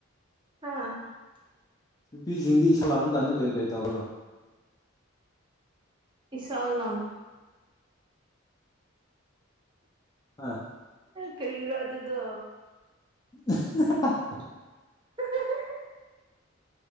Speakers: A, on the right; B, on the left.
A: ꯍꯥꯥ <unintelligible> <inaudible>
B: ꯅꯨꯄꯤꯁꯤꯡꯗꯤ ꯏꯁꯥꯎ ꯂꯥꯡꯔꯝꯀꯥꯟꯗ ꯀꯔꯤ ꯀꯔꯤ ꯇꯧꯒ
A: ꯏꯁꯧ ꯂꯥꯡ
B: ꯑꯥ <inaudible>
A: ꯀꯔꯤꯔ ꯋꯥ ꯑꯗꯨꯗꯣ
B: <unintelligible>
A: <unintelligible>